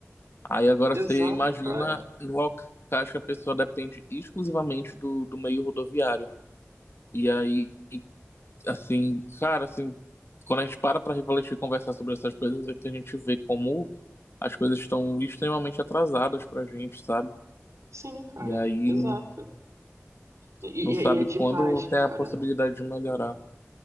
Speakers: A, on the left; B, on the right.
A: Aí agora
B: exato,
A: você imagina
B: cara.
A: em locais que a pessoa depende exclusivamente do, do meio rodoviário. E aí, assim, cara, assim, quando a gente para para refletir e conversar sobre essas coisas, é que a gente vê como as coisas estão extremamente atrasadas pra gente, sabe?
B: Sim, cara,
A: E aí
B: exato. E,
A: não sabe
B: e- e é demais,
A: quando tem
B: cara.
A: a possibilidade de melhorar.